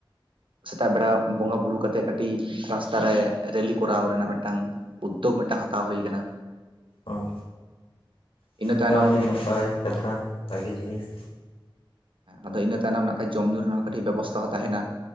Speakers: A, on the right (about 70°); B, on the left (about 85°).
A: ᱥᱮᱛᱟᱜ ᱵᱮᱲᱟ ᱵᱚᱸᱜᱟ ᱵᱩᱨᱩ ᱠᱟᱛᱮᱜ ᱠᱟᱹᱴᱤᱡ ᱨᱟᱥᱛᱟ ᱨᱮ ᱨᱮᱞᱤ ᱠᱚᱨᱟᱣ ᱨᱮᱱᱟᱜ ᱢᱤᱫᱴᱟᱝ ᱩᱫᱽᱫᱳᱜᱽ ᱢᱤᱫᱴᱟᱝ ᱦᱟᱛᱟᱣ ᱦᱩᱭ ᱟᱠᱟᱱᱟ
B: ᱚᱸ ᱱᱚᱭᱟ
A: ᱤᱱᱟᱹ ᱛᱟᱭᱱᱚᱢ
B: ᱫᱚ ᱟᱹᱰᱤ ᱱᱟᱯᱟᱭ ᱠᱟᱛᱷᱟ ᱵᱷᱟᱜᱤ ᱡᱤᱱᱤᱥ
A: ᱟᱫᱚ ᱤᱱᱟᱹ ᱛᱟᱭᱱᱚᱢ ᱱᱟᱠᱷᱟᱡ ᱡᱚᱢ ᱧᱩ ᱨᱮᱱᱟᱜ ᱠᱟᱹᱴᱤᱡ ᱵᱮᱵᱚᱥᱛᱷᱟ ᱦᱚᱸ ᱛᱟᱦᱮᱱᱟ